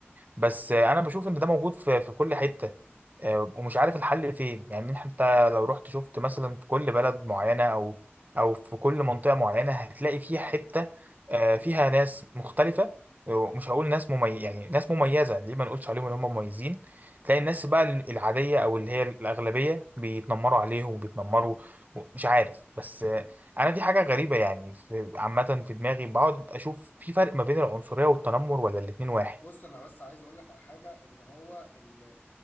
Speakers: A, on the right; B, on the left.
A: بس انا بشوف ان ده موجود في في كل حته آه، ومش عارف الحل فين يعني حتى لو رحت شفت مثلا في كل بلد معينه او او في كل منطقه معينه هتلاقي فيها حته آه، فيها ناس مختلفه ومش هقول ناس مميز يعني ناس مميزه ليه ما نقولش عليهم ان هم مميزين تلاقي الناس بقى ال- العاديه او اللي هي الاغلبيه بيتنمروا عليهم وبيتنمروا و- مش عارف بس آه، انا في حاجه غريبه يعني في عامه في دماغي بقعد اشوف في فرق ما بين العنصريه والتنمر ولا الاتنين واحد
B: بص أنا بس عايز أقول لك على حاجة إن هو ال